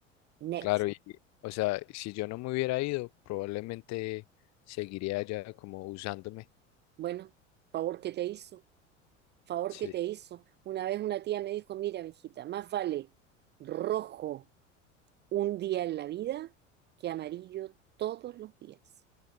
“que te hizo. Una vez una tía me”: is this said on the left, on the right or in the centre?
Right